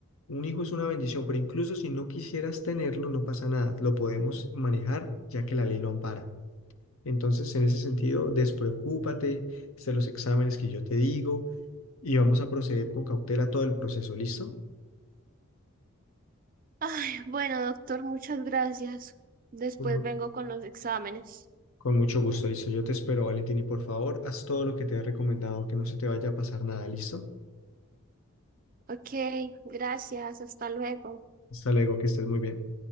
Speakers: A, on the left; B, on the right.
A: Un hijo es una bendición, pero incluso si no quisieras tenerlo, no pasa nada. Lo podemos manejar ya que la ley lo ampara. Entonces, en ese sentido, despreocúpate, haz los exámenes que yo te digo y vamos a proceder con cautela todo el proceso, ¿listo?
B: <laughs> Ay, bueno, doctor, muchas gracias. Después
A: Con
B: vengo con los exámenes.
A: Con mucho gusto, listo. Yo te espero, Valentín, y por favor, haz todo lo que te he recomendado, que no se te vaya a pasar nada, ¿listo?
B: Ok, gracias, hasta luego.
A: Hasta luego, que estés muy bien.